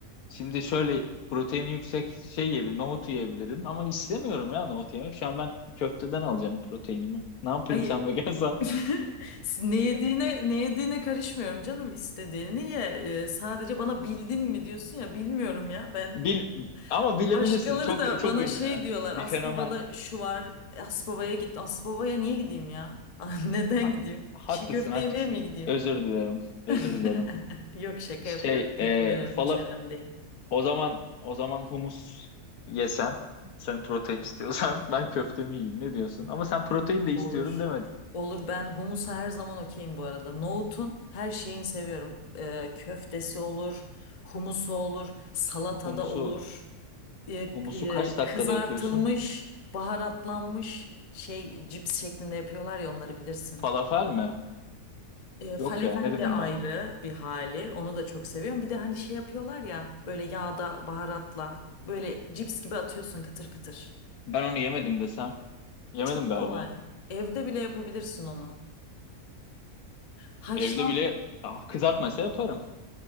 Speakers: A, on the left; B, on the left.
A: şimdi şöyle proteini yüksek şey yiyebilirim, nohut yiyebilirim ama istemiyorum ya nohut yemek. Şu an ben köfteden alacağım proteinimi. Ne yapayım
B: Hayır.
A: sen vegansan?
B: <laughs> Ne yediğine ne yediğine karışmıyorum canım istediğini ye. Ee, sadece bana bildin mi diyorsun ya bilmiyorum ya
A: <laughs>
B: ben.
A: Bil ama bilebilirsin.
B: Başkaları
A: Çok
B: da
A: çok
B: bana
A: ünlü.
B: şey diyorlar.
A: Bir
B: Aspava'da
A: fenomen.
B: şu var. Aspava'ya git. Aspava'ya niye gideyim ya? <laughs> Neden
A: Hak,
B: gideyim?
A: haklısın,
B: Çiğ köfte
A: haklısın.
B: yemeye mi gideyim?
A: Özür dilerim.
B: <laughs>
A: Özür dilerim.
B: Yok şaka
A: Şey,
B: yapıyorum.
A: e,
B: Takılıyorum
A: fala
B: hiç önemli değil.
A: o zaman o zaman humus yesem sen protein istiyorsan <laughs> ben köftemi yiyeyim. Ne diyorsun? Ama sen protein de istiyorum
B: Olur.
A: demedin.
B: Olur ben humusa her zaman okeyim bu arada. Nohutun her şeyini seviyorum. Ee, köftesi olur, humusu olur, salatada
A: Humusu
B: olur. Ee,
A: humusu
B: e,
A: kaç
B: kızartılmış,
A: dakikada yapıyorsun?
B: baharatlanmış şey cips şeklinde yapıyorlar ya onları bilirsin.
A: Falafel mi?
B: Ee, falafel
A: Yok ya ne dedim
B: de ayrı
A: ben?
B: bir hali. Onu da çok seviyorum. Bir de hani şey yapıyorlar ya böyle yağda baharatla böyle cips gibi atıyorsun kıtır kıtır.
A: Ben onu yemedim desem. Yemedim
B: Çok
A: galiba.
B: kolay. Evde bile yapabilirsin onu. Haşlan
A: Evde bile ah, kızartmaysa yaparım.